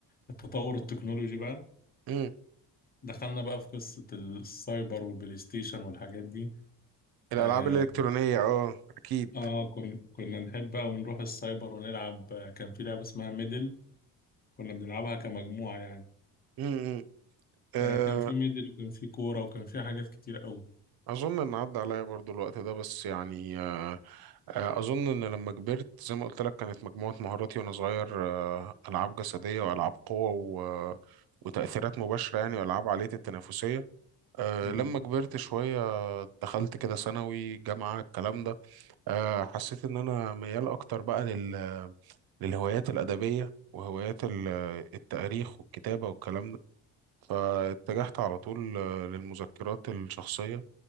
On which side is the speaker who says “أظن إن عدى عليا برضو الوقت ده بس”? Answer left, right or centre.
Right